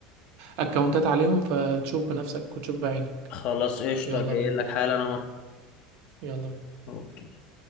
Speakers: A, on the right; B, on the left.
A: اكونتات عليهم فتشوف بنفسك وتشوف بعينك
B: خلاص قشطة
A: يلا
B: جاي
A: بينا
B: لك حالا اهو
A: يلا بينا
B: اوكي